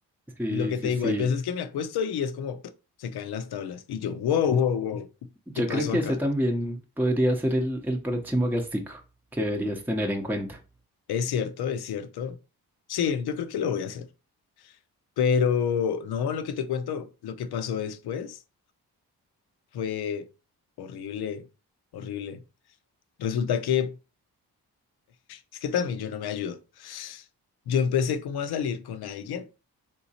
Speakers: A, in the centre; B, on the left.
A: Sí,
B: lo que
A: sí,
B: te digo,
A: sí.
B: hay veces que me acuesto y es como, <smacks lips> se caen las tablas y yo, wow, wow, wow,
A: Yo
B: ¿qué pasó
A: creo que
B: acá?
A: ese también podría ser el, el próximo gastico que deberías tener en cuenta.
B: Es cierto, es cierto. Sí, yo creo que lo voy a hacer. Pero no, lo que te cuento, lo que pasó después fue horrible, horrible. Resulta que es que también yo no me ayudo. Yo empecé como a salir con alguien